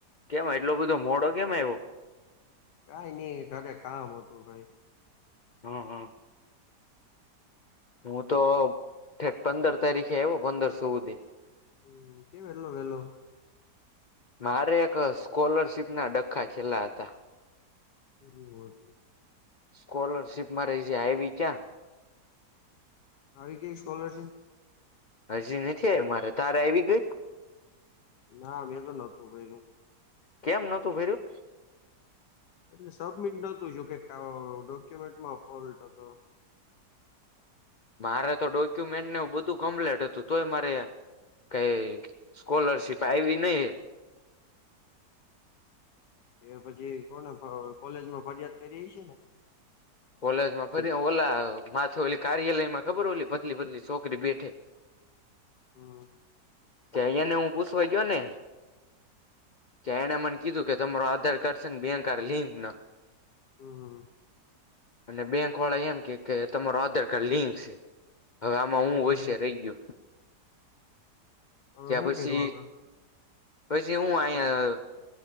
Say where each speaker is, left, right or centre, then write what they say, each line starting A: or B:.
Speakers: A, on the left; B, on the left.
A: કેમ એટલો બધો મોડો કેમ એવો
B: કઈ નઈ ઘરે કામ હતું ભાઈ
A: હમ હમ હું તો પંદર તારીખે આવ્યો પંદરસધી
B: હમ કેમ એેલો વેલો.
A: મારે એક સ્કોલરશિપના ડખ્ખા છેલ્લા હતા.
B: બ વા <unintelligible>
A: સ્કોલરશિપમાં રહી છે આવી ક્યાં.
B: આવી કેવી સ્કોલરશીપ.
A: હજી નથી આવી મારે તારે આવી ગઈ.
B: ના મેં તો નહોતું પેું
A: કેમ નોતું ભાઈરું.
B: એટલે સબમિટ નોતું જોકે ડોક્યુમેન્ટમાં ફોલ્ટ હતો.
A: મારે તો ડોક્યુમેન્ટને બધું કમ્પ્લેટ હતું તોય મારે કઈ સ્કોલરશિપ આવી નહી.
B: એ પછી કોને કોલેજમાં ફરિયાદ કરી છે ને.
A: કોલેજમાં ફરી ઓલા માછ ઓલી કાર્યાલયમાં ખબર હોલી પત્ પત્ની છોકરી બેઠે. <unintelligible>
B: હમ.
A: કે અહીયા ને હું પૂછવાઈ ગયો ને. કે એણે મને કીધું કે તમારો આધાર કાર્ડ છે ને બેન કાર્ડ લિંક ના
B: હમ હ.
A: અને બેંક વાળા એમ કે કે તમારો આધાર કાર્ડ લિંક છે. હવે આમાં
B: તો
A: હું હશે
B: પછી
A: રહી ગયો.
B: હવે
A: ત
B: શું
A: પછી
B: કર્યું આગળ
A: પછી હું અયા